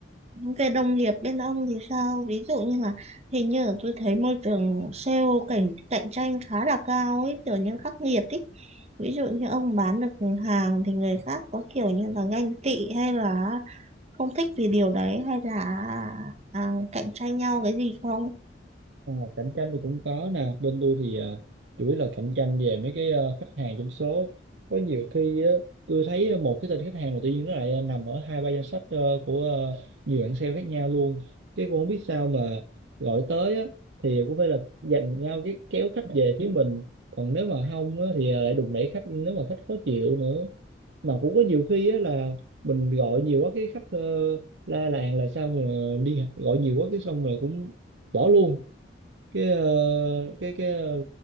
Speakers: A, on the right (about 35°); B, on the right (about 70°).
A: về đồng nghiệp bên ông thì sao? Ví dụ như là hình như là tôi thấy môi trường sale cạnh cạnh tranh khá là cao ấy, kiểu như khắc nghiệt ấy. Ví dụ như ông bán được hàng thì người khác có kiểu như là ganh tị hay là không thích vì điều đấy hay là à, cạnh tranh nhau cái gì không?
B: Ờ, cạnh tranh thì cũng có nè bên tôi thì ờ, chủ yếu là cạnh tranh về mấy cái ờ, khách hàng trong số có nhiều khi á, tôi thấy một cái tên khách hàng mà tự nhiên nó lại nằm ở hai ba danh sách ờ, của ờ, nhiều bạn sale khác nhau luôn cái cũng không biết sao mà gọi tới á, thì cũng phải là giành nhau cái kéo khách về phía mình còn nếu mà không á, thì à, lại đùn đẩy khách nếu mà khách khó chịu nữa mà cũng có nhiều khi á, là mình gọi nhiều quá cái khách ờ, la làng là sao mà liên hệ gọi nhiều quá cái xong rồi cũng bỏ luôn cái ờ, cái cái ờ,